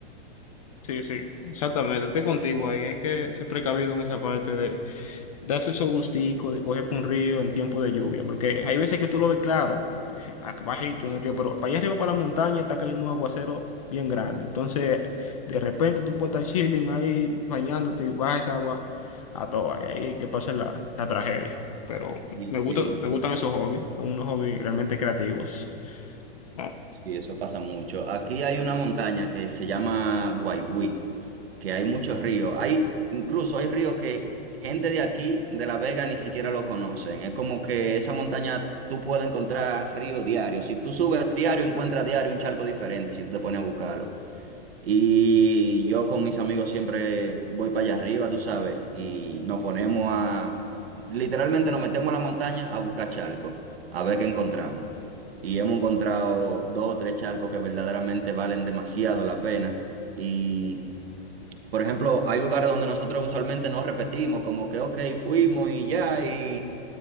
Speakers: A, on the left; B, on the right.
A: Sí, sí, exactamente. Estoy contigo ahí. Hay que ser precavido en esa parte de, darse esos gusticos de coger por un río en tiempo de lluvia, porque hay veces que tú lo ves claro, <laughs> acá bajito en el río, pero para allá arriba, para la montaña, está cayendo un aguacero bien grande. Entonces, de repente tú puedes estar chilling ahí, bañándote y baja esa agua a toa, y ahí que pasa la, la tragedia. Pero
B: Y
A: me
B: sí,
A: gustan,
B: eso,
A: me gustan esos hobbies, son unos hobbies realmente creativos. Ah,
B: sí, eso pasa mucho. Aquí hay una montaña que se llama Guaigüí. que hay muchos ríos. Hay, incluso hay ríos que gente de aquí, de La Vega, ni siquiera lo conocen. Es como que esa montaña tú puedes encontrar río diario. Si tú subes diario, encuentras diario un charco diferente, si tú te pones a buscarlo. Y yo con mis amigos siempre voy para allá arriba, tú sabes, y nos ponemos a, literalmente nos metemos a la montaña a buscar charcos, a ver qué encontramos. Y hemos encontrado dos o tres charcos que verdaderamente valen demasiado la pena. Y por ejemplo, hay lugares donde nosotros usualmente no repetimos, como que, ok, fuimos y ya, y